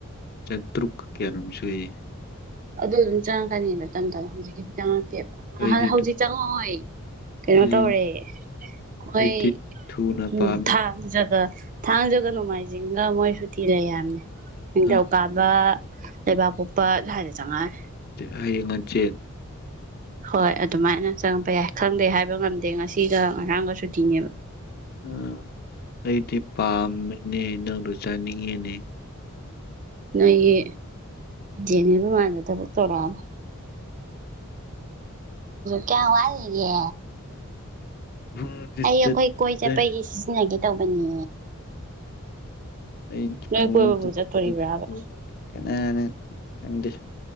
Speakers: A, on the left; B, on the right.
A: ꯆꯇ꯭ꯔꯨꯛ ꯀꯌꯥ ꯅꯣꯝꯁꯨꯏ
B: ꯑꯗꯨ ꯑꯗꯨꯝ ꯆꯪꯉꯛꯀꯅꯤ ꯇꯝ ꯇꯝꯅ ꯍꯧꯖꯤꯛꯀꯤꯗꯤ ꯆꯉꯛ ꯅꯍꯥꯟ
A: ꯑꯩꯗꯤ
B: ꯍꯧꯖꯤꯛ
A: ꯇꯨ
B: ꯆꯪꯉꯛꯑꯣꯏ ꯀꯩꯅꯣ
A: ꯑꯩ
B: ꯇꯧꯔꯦ ꯍꯣꯏ
A: ꯑꯩꯗꯤ ꯊꯨꯅ
B: ꯎꯝ
A: ꯄꯥꯝꯃꯤ
B: ꯊꯥꯡꯖꯒ ꯊꯥꯡꯖꯒ ꯅꯣꯡꯃꯥꯏꯖꯤꯡꯒ ꯃꯣꯏ ꯁꯨꯨꯇꯤ ꯂꯩ ꯍꯥꯏꯃꯤ ꯅꯤꯡꯊꯧꯀꯥꯕ
A: ꯑꯥ
B: ꯂꯩꯕꯥꯛꯄꯣꯛꯄ ꯁꯥꯏꯗ ꯆꯪꯉꯑꯅꯤ
A: ꯍꯌꯦꯡ ꯍꯟꯆꯤꯠ
B: ꯍꯣꯏ ꯑꯗꯨꯃꯥꯏꯅ ꯆꯪꯉꯄ ꯌꯥꯏ ꯈꯪꯗꯦ ꯍꯥꯏꯕ ꯉꯝꯗꯦ ꯉꯁꯤꯒ ꯉꯔꯥꯡꯒ ꯁꯨꯇꯤꯅꯦꯕ
A: ꯑ ꯑꯩꯗꯤ ꯄꯥꯝꯃꯦꯅꯦ ꯅꯪꯗꯣ ꯆꯥꯅꯤꯡꯉꯦꯅꯦ
B: ꯅꯣꯏꯒꯤ ꯖꯦꯅꯤꯕ ꯃꯥꯟꯕ ꯊꯕꯛ ꯇꯧꯔꯛꯑꯅꯣ ꯀꯌꯥ ꯋꯥꯠꯂꯤꯒꯦ
A: ꯄꯨꯡꯁꯦ
B: ꯑꯩ
A: ꯆꯠꯇꯦ
B: ꯑꯩꯈꯣꯏ ꯀꯣꯏ ꯆꯠꯄꯒꯤ ꯁꯤꯖꯤꯟꯅꯒꯦ ꯇꯧꯕꯅꯦ
A: ꯑꯩ
B: ꯅꯣꯏ
A: ꯄꯨꯡ
B: ꯀꯣꯏꯕꯕꯨ
A: ꯆꯠ
B: ꯆꯠꯇꯣꯔꯤꯕ꯭ꯔꯕ
A: ꯆꯠ ꯀꯥꯅꯅ ꯈꯪꯗꯦ